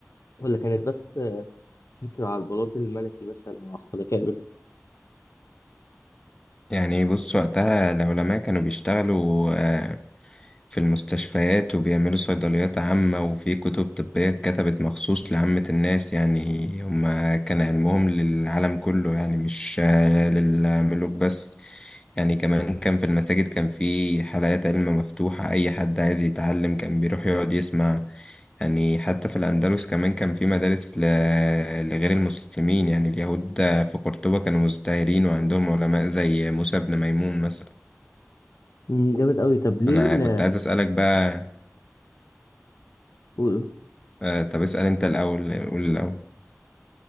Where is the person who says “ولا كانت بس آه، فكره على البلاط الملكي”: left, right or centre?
Left